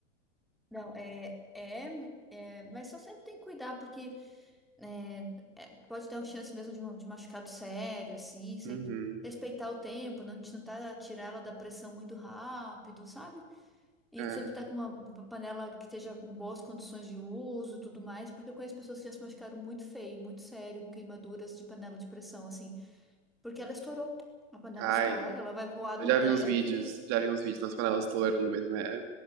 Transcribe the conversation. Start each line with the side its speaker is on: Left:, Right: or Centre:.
Centre: Não, é, é, é, mas só sempre tem que cuidar, porque é, é, pode dar uma chance mesmo de, um- de machucado sério, assim, sempre
Right: Uhum.
Centre: respeitar o tempo, não, te- não tá, tirar ela da pressão muito rápido, sabe? E
Right: É.
Centre: sempre tá com uma panela que esteja em boas condições de uso e tudo mais, porque eu conheço pessoas que já se machucaram muito feio, muito sério, com queimaduras de panela de pressão, assim, porque ela estourou. A panela
Right: Ai,
Centre: estoura,
Right: não.
Centre: ela vai voar no
Right: Eu já
Centre: teto
Right: vi uns vídeos,
Centre: e
Right: já vi uns vídeos nas panelas estourando mesmo. É